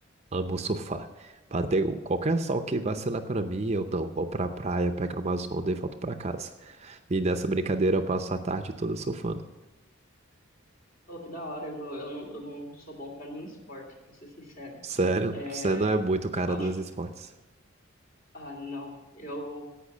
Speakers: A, on the right (about 30°); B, on the left (about 45°).
A: amo surfar. Bater um, qualquer sol que vacilar pra mim, eu não. Vou pra praia, pego umas ondas e volto pra casa. E nessa brincadeira eu passo a tarde toda surfando.
B: Oh, que da hora, eu não, eu não, eu não sou bom para nenhum esporte, para ser sincero.
A: Sério,
B: É,
A: você não é muito o cara
B: eu acho
A: dos esportes.
B: Ah, não. Eu